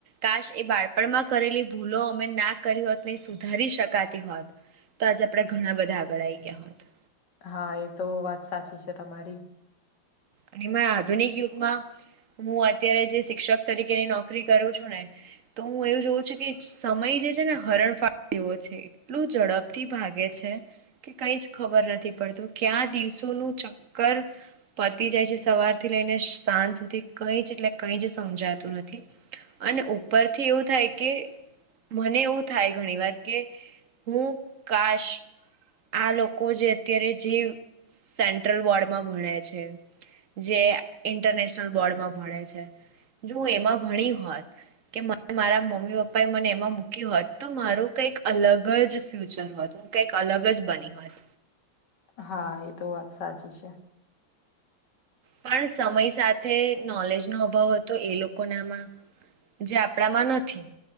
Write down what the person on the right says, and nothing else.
કાશ એ બાળપણમાં કરેલી ભૂલો અમે ના કરી હોત ને સુધારી શકાતી હોત તો આજે આપડે ઘણા બધા આગળ આવી ગયા હોત
અને આધુનિક યુગમાં હું અત્યારે જે શિક્ષક તરીકેની નોકરી કરું છું ને તો હું એવું જોઉં છું કે સમય જે છે ને હરણ ફાળ જેવો છે કેટલું ઝડપથી ભાગે છે કે કઈ જ ખબર નથી પડતું ક્યા દિવસોનું ચક્કર ઉતી જાય છે સવાર થી લઈને સાંજ સુધી કઈ જ એટલે કઈ જ સમજાતું નથી અને ઉપરથી એવું થાય કે મને એવું થાય ઘણી વાર કે હું કાશ આ લોકો જે અત્યારે જે સેન્ટ્રલ વોર્ડમાં ભણે છે જે ઇન્ટરનેશનલ બોર્ડમાં ભણે છે જો એમાં ભણી હોત કે મારા મમ્મી પપ્પા એ મને એમાં મૂક હોત તો મારું કઈક અલગ જ ફ્યુચર હતું ું કઈક અલગ જ બની હોત
પણ સમય સાથે નોલેજનોો અભાવ હતો એ લોકો નામાં જે આપણામાં નથી